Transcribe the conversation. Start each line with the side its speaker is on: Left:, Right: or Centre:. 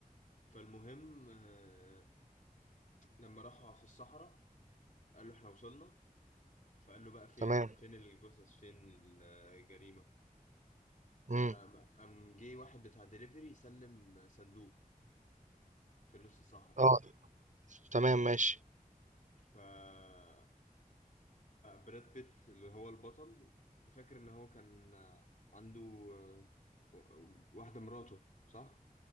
Left: فالمهم آه، لما راحوا في الصحراء قال له احنا وصلنا فقال له بقى فين
Right: تمام
Left: فين الجثث فين الجريمه
Right: امم
Left: فقام جه واحد بتاع دليفري يسلم صندوق في النص صاحب
Right: اه تمام ماشي
Left: فهو براد بيت اللي هو البطل انت فاكر ان هو كان عنده آه، و- واحدة مراته صح؟